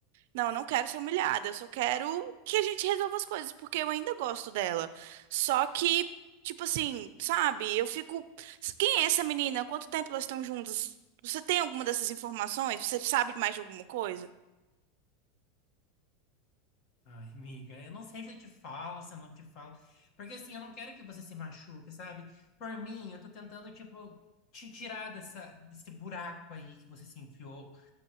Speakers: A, on the right; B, on the left.
A: Não, eu não quero ser humilhada, eu só quero que a gente resolva as coisas, porque eu ainda gosto dela. Só que, tipo assim, sabe, eu fico. Quem é essa menina? Quanto tempo elas estão juntas? Você tem alguma dessas informações? Você sabe mais de alguma coisa?
B: Ai, amiga, eu não sei se eu te falo, se eu não te falo. Porque, assim, eu não quero que você se machuque, sabe? Por mim, eu tô tentando, tipo, te tirar dessa, desse buraco aí que você se enfiou